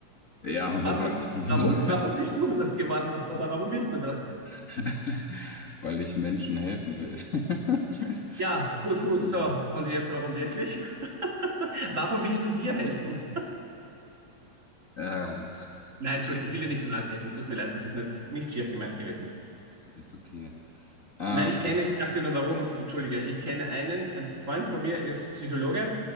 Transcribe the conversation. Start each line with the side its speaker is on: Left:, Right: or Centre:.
Left: Ja,
Right: Was
Left: wo gleich
Right: hast,
Left: das Niveau?
Right: warum, warum bist du das geworden, was, oder warum willst du das?
Left: <laughs> Weil ich Menschen helfen will. <laughs>
Right: Ja, gut, gut,
Left: Ähm,
Right: so. Und jetzt, warum wirklich? <laughs> Warum willst du dir helfen?
Left: äh,
Right: Nein, Entschuldigung, ich will dir nicht so nahe treten. Tut mir leid, das ist nicht, nicht schier gemeint gewesen.
Left: ist, ist okay. Äh,
Right: Nein, ich kenne, ich sag dir nur warum, entschuldige, ich kenne einen, ein Freund von mir ist Psychologe,